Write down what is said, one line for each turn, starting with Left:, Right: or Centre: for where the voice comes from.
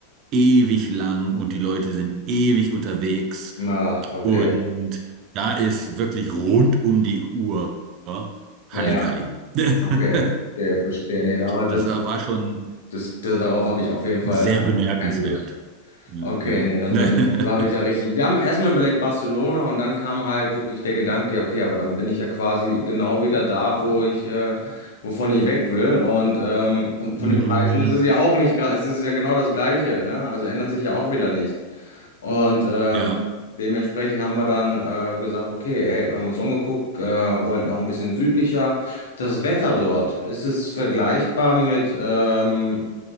Right: ewig lang und die Leute sind ewig unterwegs.
Left: <laughs> Na, okay.
Right: Und da ist wirklich rund um die Uhr Halligalli.
Left: Ja,
Right: <laughs>
Left: okay. Verstehe, verstehe. Nee, darauf, das,
Right: Das
Left: das,
Right: war war schon.
Left: das, darauf habe ich auf jeden Fall
Right: Sehr bemerkenswert.
Left: keine Lust.
Right: Ja.
Left: Okay, nee, dann,
Right: <laughs>
Left: dann habe ich da richtig. Wir haben erstmal überlegt Barcelona und dann kam halt wirklich der Gedanke, ja, okay, aber dann bin ich ja quasi genau wieder da, wo ich, äh, wovon ich weg will. Und, ähm, und von
Right: Mhm.
Left: den Preisen ist es ja auch nicht, gra- es ist ja genau das Gleiche, ne? Also ändert sich ja auch wieder nichts. Und ähm,
Right: Ja.
Left: dementsprechend haben wir dann äh, gesagt, okay, hey, wir haben uns umgeguckt, äh, wollten auch ein bisschen südlicher. Das Wetter dort, ist es vergleichbar mit ähm,